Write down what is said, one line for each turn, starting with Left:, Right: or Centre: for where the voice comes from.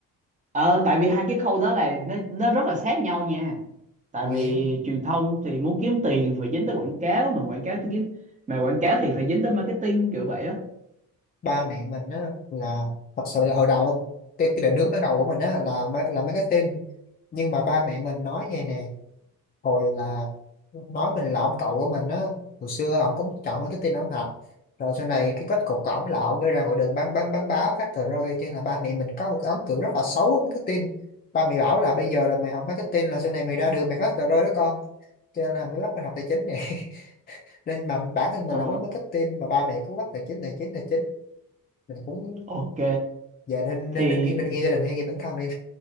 Right: ờ tại vì hai cái khâu đó là nó nó rất là sát nhau nha tại
Left: ủa
Right: vì
Left: vậy hả
Right: truyền thông thì muốn kiếm tiền thì phải dính tới quảng cáo mà quảng cáo thì kiếm mà quảng cáo thì phải dính tới marketing kiểu vậy á
Left: ba mẹ mình á là thật sự là hồi đầu cái, cái định hướng ban đầu của mình á là ma- là marketing nhưng mà ba mẹ mình nói nghe nè hồi là nói mình là ông cậu của mình á hồi xưa ổng cũng chọn marketing ổng học rồi sau này cái kết cục của ổng là ổng mới ra ngoài đường bán bán bán báo phát tờ rơi cho nên là ba mẹ mình có một cái ấn tượng rất là xấu với marketing ba mẹ bảo là bây giờ là mày học marketing là sau này mày ra đường mày phát tờ rơi đó con cho nên là mới bắt mình học tài chính nè <laughs> nên mà bản thân
Right: Ờ,
Left: mình lại muốn marketing mà ba mẹ cứ bắt tài chính tài chính tài chính mình cũng
Right: ok
Left: dạ nên
Right: thì
Left: nên nên nghĩ nên nghe gia đình hay nghe bản thân đi